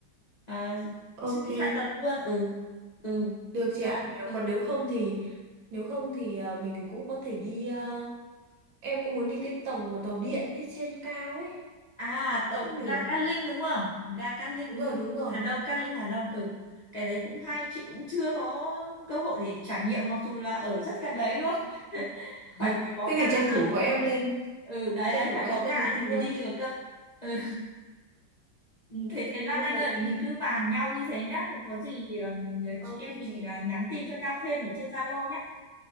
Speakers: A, on the left; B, on the right.
A: ờ,
B: ok,
A: xe buýt hai tầng luôn ừ ừ
B: được chị ạ.
A: Đấy.
B: nếu
A: ừ.
B: còn nếu không thì nếu không thì à, mình cũng có thể đi à, em cũng muốn đi cái tàu tàu điện ấy, trên cao ấy
A: à tàu
B: cũng được
A: ga Cát Linh đúng không ga Cát Linh
B: Đúng rồi, đúng rồi.
A: Hà Đông Cát Linh Hà Đông ừ cái đấy cũng hay chị cũng chưa có cơ hội để trải nghiệm mặc dù là ở rất gần đấy luôn <laughs>
B: <laughs>
A: phải phải có
B: thế
A: cạ
B: thì tranh
A: cơ
B: thủ có em
A: ừ
B: lên
A: Ừ, đấy
B: tranh
A: đấy
B: thủ
A: phải
B: có em
A: có
B: lên
A: cạ
B: thì đi
A: thì
B: luôn
A: mới đi được cơ ừ.
B: <laughs>
A: Ừ, thế
B: thế thì
A: thế Lan
B: hôm
A: Anh
B: đấy
A: ơi
B: đi
A: mình cứ bàn nhau như thế nhá có gì ừm,
B: Ok
A: chị em mình
B: chị.
A: ờ, nhắn tin cho nhau thêm ở trên Zalo nhá